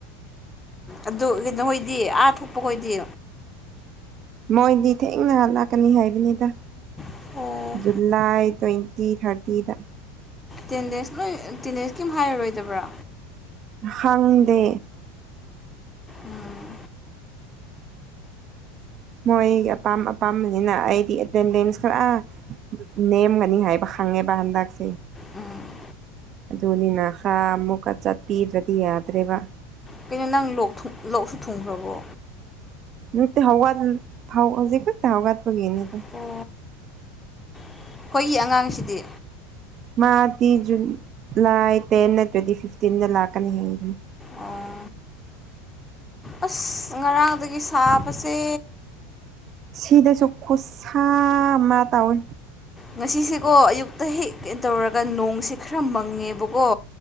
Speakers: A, on the left; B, on the right.
A: ꯑꯗꯨ ꯂꯤꯟꯠꯍꯧꯏ ꯍꯣꯏꯗꯤ ꯑꯥ ꯊꯣꯛꯄ ꯈꯣꯏꯗꯤ
B: ꯃꯣꯏꯗꯤ ꯊꯦꯡꯅ ꯍꯥꯂꯥꯛꯀꯅꯤ ꯍꯥꯏꯕꯅꯤꯗ
A: ꯑꯣ
B: ꯖꯨꯂꯥꯏ ꯇ꯭ꯋꯦꯟꯇꯤ ꯊꯥꯔꯇꯤꯗ
A: ꯇꯦꯟꯗꯦꯟꯁ ꯅꯣꯏ ꯇꯦꯟꯗꯦꯟꯁ ꯀꯩꯝ ꯍꯥꯏꯔꯔꯣꯏꯗꯕ꯭ꯔꯥ
B: ꯈꯪꯗꯦ
A: ꯎꯝ
B: ꯃꯣꯏꯒꯤ ꯑꯄꯥꯝ ꯑꯄꯥꯝꯕꯅꯤꯅ ꯑꯩꯗꯤ ꯑꯦꯇꯦꯟꯗꯦꯟꯁ ꯈꯔꯥ ꯅꯦꯝꯒꯅꯤ ꯍꯥꯏꯕ ꯈꯪꯉꯦꯕ ꯍꯟꯗꯛꯇꯤ
A: ꯎꯝ
B: ꯑꯗꯨꯅꯤ ꯅ ꯍꯥ ꯑꯃꯨꯛꯀ ꯆꯠꯄꯤꯗ꯭ꯔꯗꯤ ꯌꯥꯗ꯭ꯔꯦꯕ
A: ꯀꯩꯅꯣ ꯅꯪ ꯂꯣꯛꯊꯨꯡ ꯂꯣꯛꯁꯨ ꯊꯨꯡꯈ꯭ꯔꯕꯣ
B: ꯅꯠꯇꯦ ꯍꯧꯒꯗ ꯍ ꯍꯧꯖꯤꯛꯈꯛꯇ ꯍꯒꯠꯄꯒꯤꯅꯤꯗ
A: ꯑꯣ ꯑꯩꯈꯣꯏꯒꯤ ꯑꯉꯥꯡꯁꯤꯗꯤ
B: ꯃꯥꯗꯤ ꯖꯨꯟ ꯂꯥꯏ ꯇꯦꯟꯅ ꯅꯠꯇ꯭ꯔꯗꯤ ꯐꯤꯐꯇꯤꯟꯗ ꯂꯥꯛꯀꯅꯤ ꯍꯥꯏꯕꯅꯦ
A: ꯑꯣ ꯑꯁ ꯉꯔꯥꯡꯗꯒꯤ ꯁꯥꯕꯁꯦ
B: ꯁꯤꯗꯁꯨ ꯈꯨꯠꯁꯥ ꯑꯃ ꯇꯧꯋꯤ
A: ꯉꯁꯤꯁꯦꯀꯣ ꯑꯌꯨꯛꯇ ꯍꯦꯛ ꯇꯧꯔꯒ ꯅꯣꯡꯁꯦ ꯈꯔ ꯃꯪꯉꯦꯕꯀꯣ